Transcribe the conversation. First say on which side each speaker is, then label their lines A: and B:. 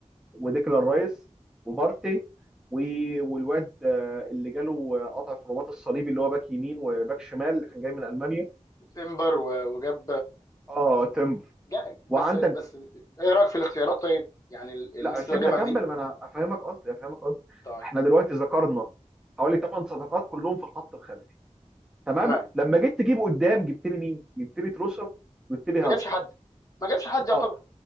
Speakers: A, in the centre; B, on the left.
A: وديكلان رايس وبارتي و... والواد آه، اللي جاله آه، قطع في الرباط الصليبي اللي هو باك يمين وباك شمال اللي كان جاي من المانيا
B: وتمبر و- وجاب
A: اه تمبر
B: جا بس
A: وعندك
B: بس ايه رايك في الاختيارات طيب يعني ال- الناس
A: لا سيبنا
B: اللي جابها
A: اكمل
B: دي
A: ما انا افهمك قصدي افهمك قصدي
B: طيب
A: احنا دلوقتي ذكرنا حوالي 8 صفقات كلهم في الخط الخلفي تمام
B: تمام
A: لما جيت تجيب قدام جبت لي مين جبت لي تروسر جبت لي
B: ما
A: هافرتز
B: جابش حد ما جابش حد يعتبر
A: اه